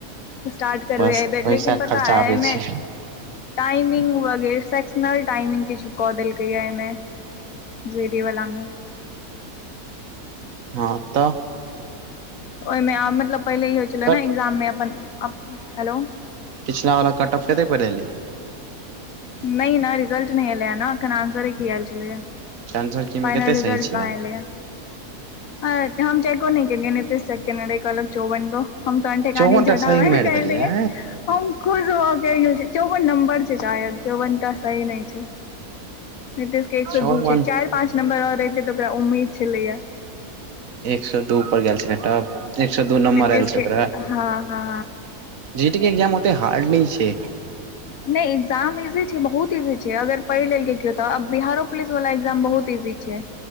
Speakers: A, on the left (about 65°); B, on the right (about 60°).
A: स्टार्ट करबे
B: बस
A: ए बेर
B: पैसा
A: लेकिन पता
B: खर्चाबै
A: ए अयमे।
B: छी
A: टाइमिंग वगैरह सेक्सनल टाइमिंगग किछ कऽ देलकै या एहिमे। जीडी वला मे
B: हँ तऽ।
A: तऽ ओहिमे मतलब पहिले ई होइ छलै
B: कट
A: ने एग्जाम मे अपन आ हेलो।
B: पिछला वला कटअफ कते पर एलै।
A: नहि नहि रिजल्ट नहि एलै ना एखन आंसरे की आयल छले या।
B: आंसर की मे
A: फाइनल
B: कते सही
A: रिजल्ट
B: छलै
A: कहां एलेया है हम चेको नय केलिए नीतीश चेक केने रहे कहलक चौवन गो। हम त अनठेकानी
B: चौवन
A: झटहा
B: टा सही
A: मैर
B: मारि
A: के आएल
B: देलियै
A: रहिए हम खुश भौ के आलियाई की चौवन नंबर। शायद चौवन टा सही नहि छै नीतीश के एक सौ
B: चौवन
A: दू छै चारि पाँच नंबर आओर रेहतै तऽ ओकरा उम्मीद छलैए।
B: एक सए दू पर गेल छै एक सए दू नम्बर
A: नीतीश
B: आयल छै
A: के
B: ओकरा
A: हँ हँ
B: जीडी के एक्जाम ओते हार्ड नय छै।
A: नहि एगजाम इजी छै बहुत इजी छै अगर पढ़ लेलके कियो तऽ अ बिहारो पुलिस वाला एग। एग्जाम बहुत इजी छै।